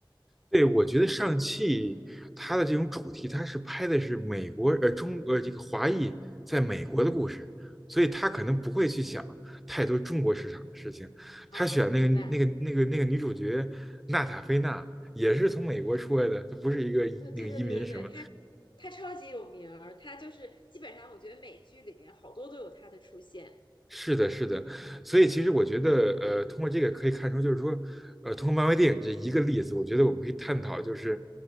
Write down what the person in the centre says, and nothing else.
对，我觉得上汽它的这种主题，它是拍的是美国呃中呃这个华裔在美国的故事，所以他可能不会去想太多中国市场的事情。
他选那个那个那个那个女主角娜塔菲娜也是从美国出来的，
她不是一个那个移民什么，
是的，是的，所以其实我觉得，呃，通过这个可以看出，就是说，呃，通过漫威电影这一个例子，我觉得我们可以探讨，就是，